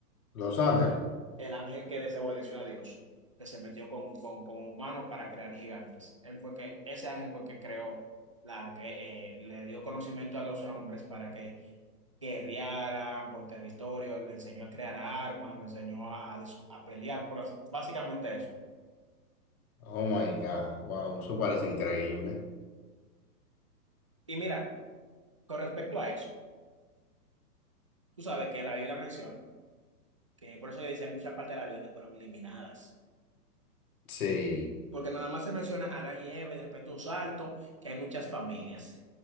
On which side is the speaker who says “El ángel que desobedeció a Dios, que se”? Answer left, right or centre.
Right